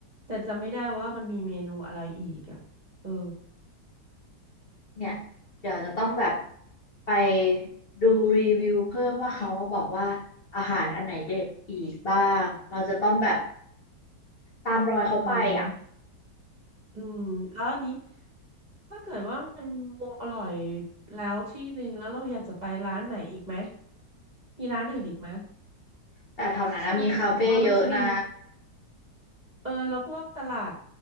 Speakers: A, on the right; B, on the left.
A: แต่จำไม่ได้ว่ามันมีเมนูอะไรอีกอ่ะเออ
B: <laughs> เนี่ยเดี๋ยวจะต้องแบบไปดูรีวิวเพิ่มว่าเขาบอกว่าอาหารอันไหนเด็ดอีกบ้างเราจะต้องแบบตามรอยเขาไปอ่ะ
A: เอออืมแล้วอันนี้ถ้าเกิดว่ามันมุมอร่อยแล้วที่หนึ่งแล้วเราอยากจะไปร้านไหนอีกไหมมีร้านอื่นอีกไหม
B: แต่แถวนั้นนะมีคาเฟ่เยอะนะ
A: ฉันรู้สึกว่ามันจะมี เออแล้วพวกตลาด